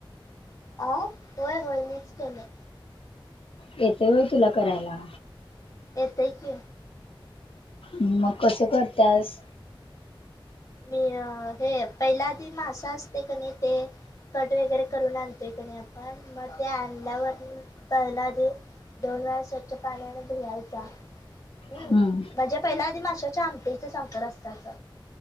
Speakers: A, on the left; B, on the left.
A: अआ होय होय मिचं केलोय.
B: येतय होय तुला करायला?
A: येतेय की.
B: मग कसं करतयास?
A: मी हे पहिला आदि‌मासा असतेय कनी ते कट वगैरे करून आणतो इकडे आपण मग ते आणल्यावर पहिला दोन वेळा स्वच्छ पाण्याने भियायचा हम्
B: हम्म
A: म्हझ्या पहिल्या आधी माशाच्या आमटीच संकर असतच